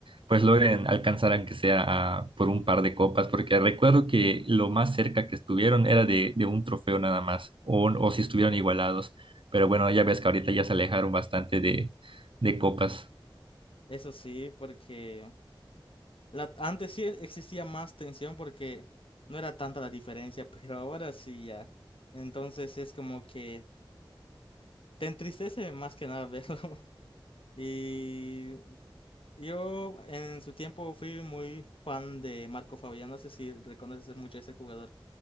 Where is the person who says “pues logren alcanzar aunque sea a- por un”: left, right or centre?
Right